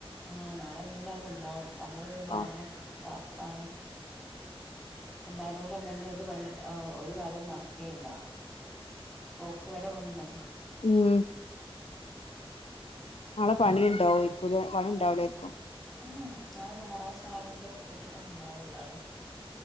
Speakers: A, in the centre; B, on the left (about 70°).
A: ആഹ് നാളെല്ലാരും ഇണ്ടാവും അതൊരു ഇതാണ്
B: ആഹ്
A: ടാസ്ക്കാണ്. എല്ലാരും കൂടെ ഇണ്ടെങ്കി ഒരു പണി ഒരു കാര്യം നടക്കേയില്ല. പോക്ക് വരവൊന്നും
B: ഉം നാളെ പണി ഇണ്ടാവൂര്ക്കുലേ പണി ഇണ്ടാവുലായിരിക്കും?
A: ഉം നാളെ ഞായറാഴ്ച ആയോണ്ട് വീട്ടിൽ തന്നെ ഉണ്ടാവും എല്ലാരും.